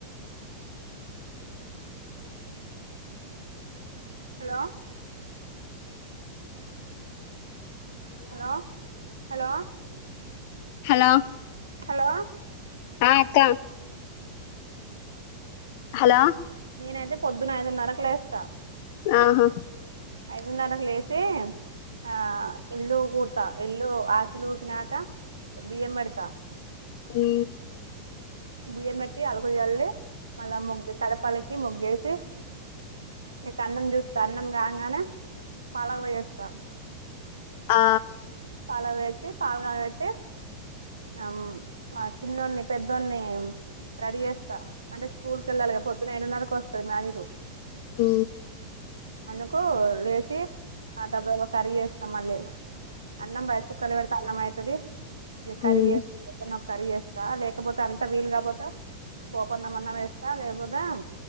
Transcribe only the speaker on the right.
hello hello hello
హలో
నేనైతే పొద్దున్న ఐదున్నరకు లేస్తా
ఐదున్నరకు లేసి ఆ ఇల్లు కూర్తా ఇల్లు ఆకిలి ఊడ్చినాక బియ్యం పెడతా
బియ్యం పెట్టి అలుగుచల్లి మళ్ళా ముగ్గు గడపలికి ముగ్గేసి ఇటు అన్నం చూస్తా అన్నం కాగానే పాలగి పోయ్యొస్తా
పలవి వచ్చి పాలగాయ పెట్టి ఆ ఆ చిన్నోడిని పెద్దోని రెడీ చేస్తా అంటే స్కూల్కి వెళ్ళాలిగా పొద్దున్న ఏడున్నరకి వస్తది మ్యాజిక్
అల్లకో లేసి ఆ డబ్బబ్బ కర్రీ వేస్తా మా లేదా అన్నం రైస్ కుక్కర్ లో పెడతే అన్నం అయితది ఇగ కర్రీ
వేసు ఏకానమ్ కర్రీ వేస్తా లేకపోతే అంతా వీలు కాకపోతే పోపుఅన్నం అన్నా వేస్తా లేపోతే